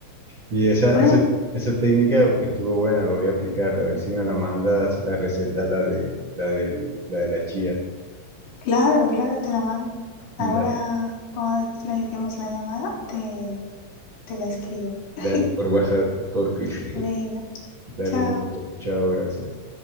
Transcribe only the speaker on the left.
Bueno,
claro, claro, te la mando. Ahora,
cuando finalicemos la llamada, te, te la escribo.
<laughs>
Venga,
chao.